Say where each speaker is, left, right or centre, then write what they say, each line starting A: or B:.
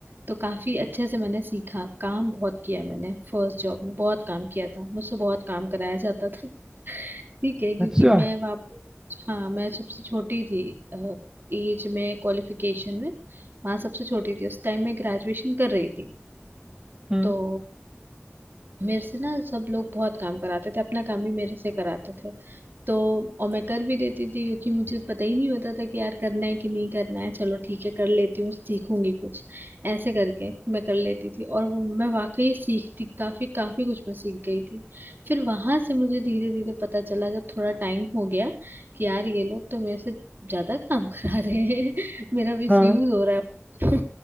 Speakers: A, on the right; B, on the right.
A: तो काफी अच्छे से मैंने सीखा काम बहुत किया मैंने फर्स्ट जॉब में बहुत काम किया था मुझसे बहुत काम कराया जाता था ठीक है क्योंकि
B: अच्छा
A: मैं वाप हाँ मैं सबसे छोटी थी एज में क्वालिफिकेशन में माँ सबसे छोटी थी उस टाइम मैं ग्रेजुएशन कर रही थी
B: हम्म
A: तो मेरे से ना सब लोग बहुत काम कराते थे अपना काम भी मेरे से कराते थे तो और मैं कर भी देती थी क्योंकि मुझे पता ही नहीं होता था कि यार करना है कि नहीं करना है चलो ठीक है कर लेती हूँ सीखूंगी कुछ ऐसे करके मैं कर लेती थी और वो मैं वाकई सीखती काफी काफी कुछ मैं सीख गई थी फिर वहां से मुझे धीरे धीरे पता चला जब थोड़ा टाइम हो गया कि यार ये लोग तो मेरे से ज्यादा काम <laughs> करा रहे हैं <laughs> मेरा मिस
B: हाँ
A: यूज हो रहा है <laughs>